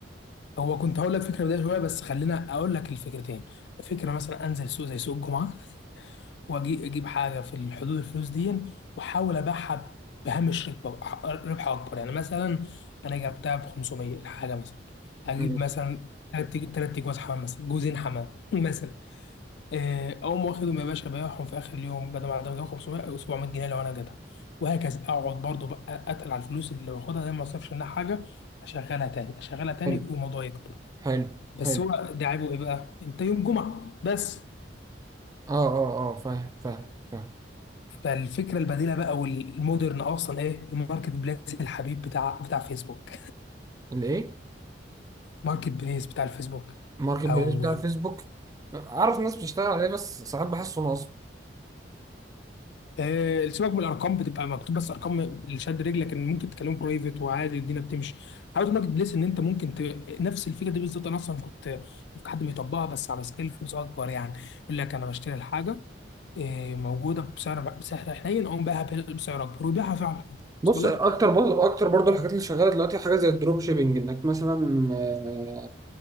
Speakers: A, on the left (about 65°); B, on the right (about 20°).
A: هو كنت هقول لك فكره بدايه شويه بس خلينا اقول لك الفكرتين فكره مثلا انزل سوق زي سوق الجمعه واجي اجيب حاجه في حدود الفلوس دي واحاول ابيعها بهامش ربح ربح اكبر يعني مثلا انا جبتها ب 500 الحاجه مثلا اجيب
B: ماشي
A: مثلا ثلاث ثلاث جواز حمام مثلا جوزين حمام <laughs> مثلا آه، اقوم واخدهم يا باشا بيعهم في اخر اليوم بدل ما انا جايب 500 او 700 جنيه لو انا جدع وهكذا اقعد برضو بقى اتقل على الفلوس اللي باخدها دي ما اصرفش منها حاجه اشغلها تاني اشغلها تاني
B: حلو
A: والموضوع يكبر
B: حلو
A: بس
B: حلو
A: هو ده عيبه ايه بقى انت يوم جمعه بس
B: اه اه اه فاهم فاهم فاهم
A: فالفكره البديله بقى والمودرن اصلا ايه الماركت بليس الحبيب بتاع بتاع فيسبوك
B: الايه
A: <laughs> ماركت بليس بتاع الفيسبوك
B: ماركت بليس
A: او
B: بتاع الفيسبوك اعرف ناس بتشتغل عليه بس ساعات بحسه نصب
A: آه سيبك من الارقام بتبقى مكتوب بس ارقام اللي شاد رجلك ان ممكن تكلمه برايفت وعادي الدنيا بتمشي حاول ماركت بليس ان انت ممكن ت... نفس الفكره دي بالظبط انا اصلا كنت شفت حد بيطبقها بس على سكيل فلوس اكبر يعني يقول لك انا بشتري الحاجه آه موجوده بسعر بسعر حنين اقوم بيعها بسعر اكبر ويبيعها فعلا
B: بص
A: وصل
B: اكتر
A: لك
B: برضه اكتر برضه الحاجات اللي شغاله دلوقتي حاجه زي الدروب شيبنج انك مثلا آه،